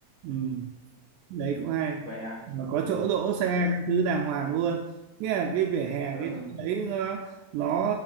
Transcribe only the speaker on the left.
vậy hả
Sợ-
ờ